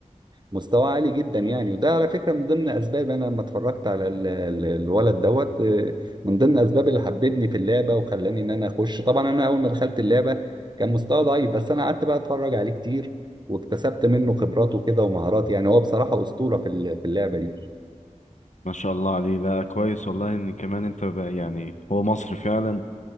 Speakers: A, on the right; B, on the left.
A: ومستواه عالي جدا يعني وده على فكرة من ضمن أسباب أنا لما اتفرجت على ال... ال- الولد دوت آه، من ضمن أسباب اللي حببني في اللعبة وخلاني إن أنا أخش طبعا أنا أول ما دخلت اللعبة كان مستوى ضعيف بس أنا قعدت بقى أتفرج عليه كتير واكتسبت منه خبرات وكده ومهارات يعني هو بصراحة أسطورة في ال- في اللعبة دي
B: ما شاء الله عليه لا كويس والله ان كمان انت بقى يعني هو مصري فعلا